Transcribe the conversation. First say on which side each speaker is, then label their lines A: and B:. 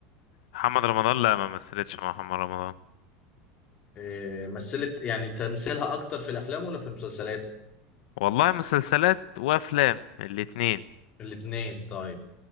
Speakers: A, on the left; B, on the left.
A: محمد رمضان لا ما مثلتش مع محمد رمضان
B: آه، مثلت يعني تمثيلها اكتر في الافلام ولا في المسلسلات
A: والله مسلسلات وافلام الاتنين
B: الاثنين طيب